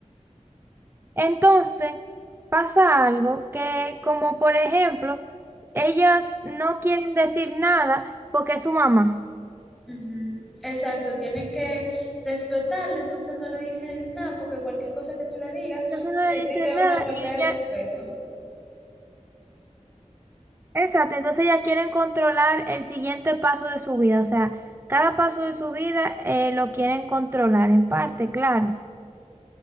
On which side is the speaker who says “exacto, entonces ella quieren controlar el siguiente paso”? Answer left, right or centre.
Right